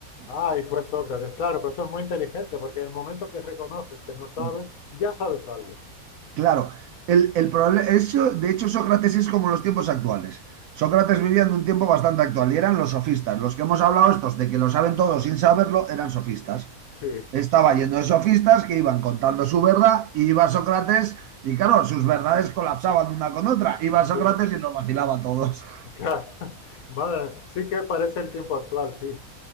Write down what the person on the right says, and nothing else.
<laughs>
Claro, el, el problema, eso, de hecho Sócrates es como los tiempos actuales. Sócrates vivía en un tiempo bastante actual y eran los sofistas. Los que hemos hablado estos de que lo saben todos sin saberlo eran sofistas.
Estaba lleno de sofistas que iban contando su verdad y iba Sócrates y claro, sus verdades colapsaban una con otra. Iba
Sócrates
y los vacilaba a todos. <laughs>